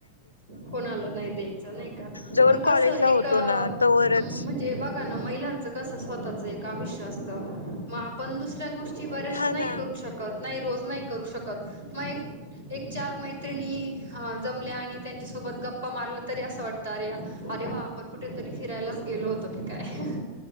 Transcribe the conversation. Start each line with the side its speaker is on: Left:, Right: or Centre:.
Right: कोणाला नाही द्यायचं नाही का
Left: जोवर
Right: पण कस
Left: कॉलेजला
Right: एक
Left: होतो
Right: म्हणजे
Left: ना तोवरच
Right: बघा ना महिलांचं कस स्वतःच एक आयुष्य असत मग आपण दुसऱ्या ची बऱ्याचश
Left: हा
Right: नाही
Left: ना
Right: करू शकत नाही रोज नाही करू शकत मग एक एक चार मैत्रिणी हा जमल्या आणि त्यांच्यासोबत गप्पा मारलं तरी असं वाटतं अरे अरे वा पण कुठेतरी फिरायलाच गेलो होतो की काय